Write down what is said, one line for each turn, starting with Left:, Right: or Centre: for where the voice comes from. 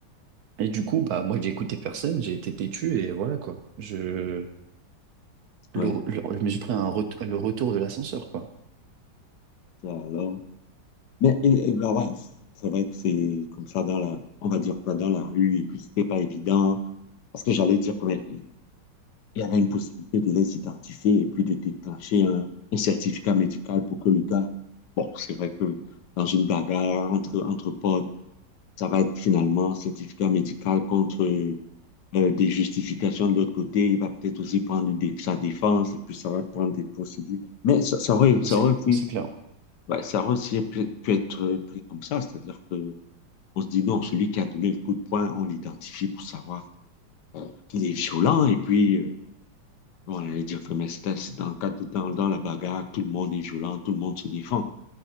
Right: Et du coup, bah, moi, j'ai écouté personne, j'ai été têtu, et voilà, quoi. Je, le,
Left: ouais.
Right: le- je me suis pris un ret- le retour de l'ascenseur, quoi.
Left: Ça alors. Mais et, et ben ouais, c- c'est vrai que c'est comme ça dans la, on va dire quoi, dans la rue, et puis c'était pas évident, parce que j'allais dire qu'il il y avait une possibilité de les identifier et puis de déclencher un, un certificat médical pour que le gars, bon, c'est vrai que dans une bagarre entre, entre potes, ça va être finalement certificat médical contre euh, euh, des justifications de l'autre côté, il va peut-être aussi prendre une dé- sa défense, et puis ça va prendre des procédures. Mais ça, ça aurait, ça
Right: C'est
Left: aurait aussi,
Right: c'est clair.
Left: ouais, ça aurait aussi pu, pu être euh, pris comme ça, c'est-à-dire que on se dit non, celui qui a donné le coup de poing, on l'identifie pour savoir qu'il est violent. Et puis, euh, bon, on allait dire que Mestas, dans, dans, dans la bagarre, tout le monde est violent, tout le monde se défend.